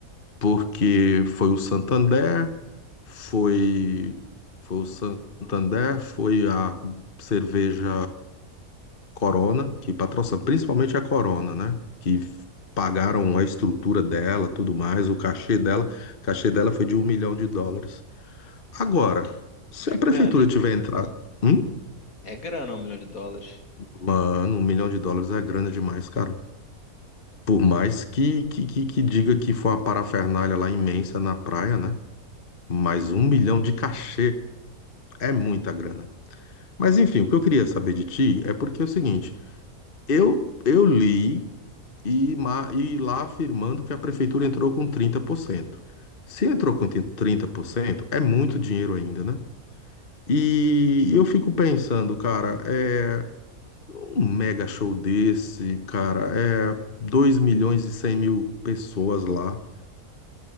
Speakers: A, on the left (about 40°); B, on the left (about 70°).
A: Porque foi o Santander, foi, foi o Santander, foi a cerveja Corona, que patrocina principalmente a Corona, né? Que f- pagaram a estrutura dela, tudo mais, o cachê dela. O cachê dela foi de um milhão de dólares. Agora, se
B: É
A: a
B: grana,
A: prefeitura
B: hein?
A: tiver entrado. Hum?
B: É grana, um milhão de dólares.
A: Mano, um milhão de dólares é grana demais, cara. Por mais que, que, que, que diga que foi uma parafernália lá imensa na praia, né? Mas um milhão de cachê é muita grana. Mas enfim, o que eu queria saber de ti é porque é o seguinte. Eu, eu li e, ma- e lá afirmando que a prefeitura entrou com 30%. Se entrou com 30%, é muito dinheiro ainda, né? E eu fico pensando, cara, é um mega show desse, cara, é dois milhões e cem mil pessoas lá.